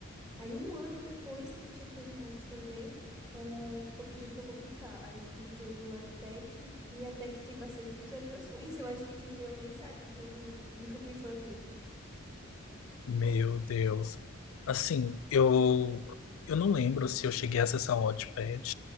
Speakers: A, on the right; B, on the left.
A: Aí, um ano depois que eu tinha terminado de escrever, ela ficou pedindo pra eu publicar. Aí, eu publiquei no Wattpad e até que tem bastante visualizações. <laughs> Eu acho que quem leu nem sabe que eu não, nunca fui fã dele.
B: Meu Deus. Assim, eu, eu não lembro se eu cheguei a acessar o Wattpad,